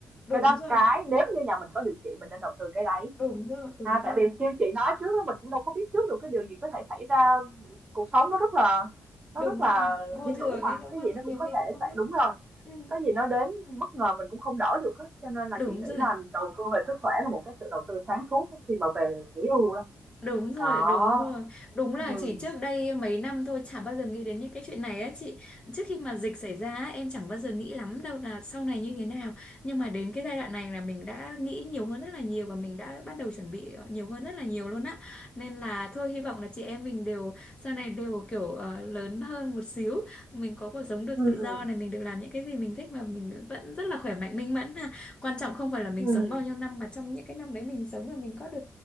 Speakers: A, on the left; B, on the right.
A: đúng
B: Cái đó
A: rồi
B: cái nếu như nhà mình có điều kiện mình nên đầu tư cái đấy.
A: đúng rồi đúng
B: À,
A: rồi
B: tại vì như chị nói trước đó mình cũng đâu có biết trước được cái điều gì có thể xảy ra cuộc sống nó rất là nó
A: đúng
B: rất là
A: rồi vô
B: hy
A: thường
B: hữu mà
A: ấy đúng
B: cái
A: không
B: gì nó
A: nhiều
B: cũng có
A: khi
B: thể
A: cũng không
B: xảy
A: biết
B: đúng rồi
A: ừ,
B: có gì nó đến bất ngờ mình cũng không đỡ được á, cho nên là
A: đúng
B: chị nghĩ
A: rồi
B: là đầu tư về sức khỏe là một cái sự đầu tư sáng suốt á, khi mà về nghỉ hưu đó.
A: Đúng rồi,
B: Đó,
A: đúng rồi. Đúng là
B: ừm,
A: chỉ trước đây mấy năm thôi chả bao giờ nghĩ đến những cái chuyện này á chị. Trước khi mà dịch xảy ra á, em chẳng bao giờ nghĩ lắm đâu là sau này như thế nào. Nhưng mà đến cái giai đoạn này là mình đã nghĩ nhiều hơn rất là nhiều và mình đã bắt đầu chuẩn bị nhiều hơn rất là nhiều luôn á. Nên là thôi hy vọng là chị em mình đều sau này đều kiểu ờ, lớn hơn một xíu. Mình có cuộc sống được
B: Ừm,
A: tự do này, mình được làm những cái gì mình thích mà mình vẫn rất là khỏe mạnh minh mẫn ha. Quan trọng không phải là mình
B: ừm.
A: sống bao nhiêu năm mà trong những cái năm đấy mình sống là mình có được